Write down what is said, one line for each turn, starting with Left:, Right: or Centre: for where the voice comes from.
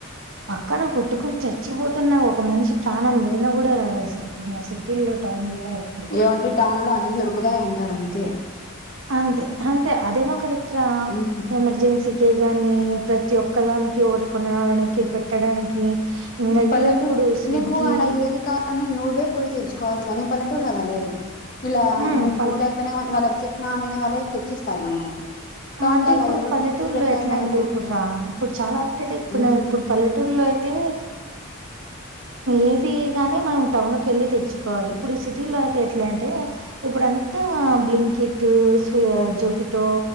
Right: పక్కన పెట్టుకొని చచ్చిపోతున్న ఒక మనిషి ప్రాణం పోయినా కూడా. అసలు ఇంగ సిటీల్లో టౌన్లో అయితే
Left: ఏమంటే టౌన్ లో అన్ని దొరుకుతాయంటార్. అంతే
Right: అంతే అంతే అదేమో కరెక్ట రా
Left: ఉమ్,
Right: ఎమర్జెన్సీ ఇంకే కానీ ప్రతి ఒక్కదానికి ఓట్కునడానికి పెట్టడానికి ఇంగైతే
Left: పల్లెటూరూ
Right: ఇప్పుడు స్విగ్గీ
Left: నీకు అడ ఏది కావలనా నువ్వే పోయి తెచుకోవాలి కానీ పల్లెటూరు అలా లేదు ఇలా
Right: హ్మ్
Left: నువ్వు
Right: పల్
Left: పోలేకపోయినా వాళ్ళకి చెప్ నా అంటేనే వాలే చెప్ ఇచ్చిస్తారు మనకు టౌన్
Right: అంటే
Left: లో అలా
Right: ఇప్పుడు
Left: ఎవరు
Right: పల్లెటూరులో
Left: తెచ్చి పెడతారు
Right: ఎట్లంటే
Left: మనకు
Right: ఇప్పుడు రా ఇప్పుడు చాలా అప్డేట్ అయితునరు
Left: ఉమ్
Right: ఇప్పుడు పల్లెటూర్లో అయితే ఏది గానీ మనం టౌన్ కెళ్ళి తెచ్చుకోవాలి ఇప్పుడు సిటీలో అయితే ఎట్లా అంటే ఇప్పుడంతా బ్లింకిటూ జుపిటో